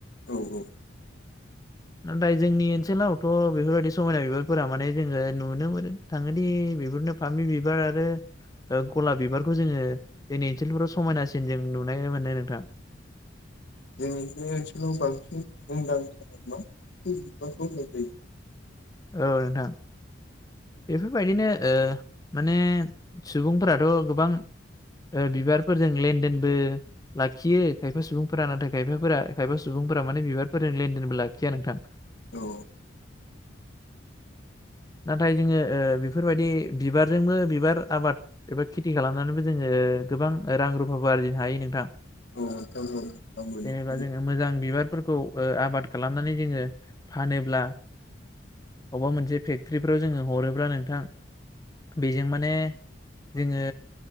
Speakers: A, on the left; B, on the left.
A: औ-औ।
B: नाथाय जोंनि ओनसोलावथ' बेफोरबायादि समायना बिबारफोरा माने जोङो नुनो मोनो थाङोदि बेफोरनो फामि बिबार आरो ओ गलाब बिबारखौ जोङो जोंनि ओनसोलफोराव समायनासिन जों नुनाय मोननाय नोंथां।
A: जोंनि बे ओनसोलाव बांसिन मुंदांखा मा <unintelligible> बिबार बारनाय थायो।
B: औ नोंथां। बेफोरबायदिनो ओ माने सुबुंफोराथ' गोबां ओ बिबारफोरजों लेनदेनबो लाखियो खायफा सुबुंफोरा नाथाय खायफाफोरा खायफा सुबुं फोरा माने बिबारफोरजों लेनदेनबो लाखिया नोंथां।
A: औ
B: नाथाय जोङो ओ बेफोरबायदि बिबारजोंबो बिबार आबाद एबा खेति खालामनानैबो जोङो गो बां रां रुफा आरजिनो हायो नोंथां।
A: औ नोंथां औ आंबो
B: जेनेबा
A: नुदों
B: जो मोजां बिबार फोरखौ ओ आबाद खालामनानै जोङो फानोब्ला अबेबा मोनसे फेक्टरि फोराव जोङो हरोब्ला नोंथां बेजों माने जोङो